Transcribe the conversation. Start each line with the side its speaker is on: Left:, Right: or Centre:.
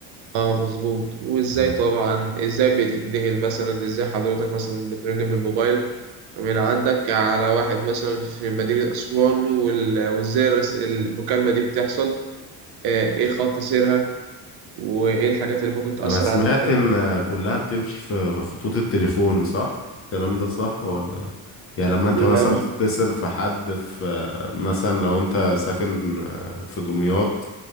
Right: اه مظبوط وازاي
Left: مم.
Right: طبعا ازاي بتتنقل مثلا ازاي حضرتك مثلا بترن بالموبايل من عندك على واحد مثلا في مدينة أسوان وال- وازاي الرس- المكالمة دي بتحصل آه، ايه خط سيرها وايه الحاجات اللي ممكن تأثر
Left: أنا سمعت
Right: على المكالمة
Left: إن كلها بتمشي في خطوط التليفون صح؟ الكلام ده صح ولا؟ يعني لما أنت
Right: لا
Left: مثلا
Right: مش
Left: بتتصل في حد في مثلا لو أنت ساكن في دمياط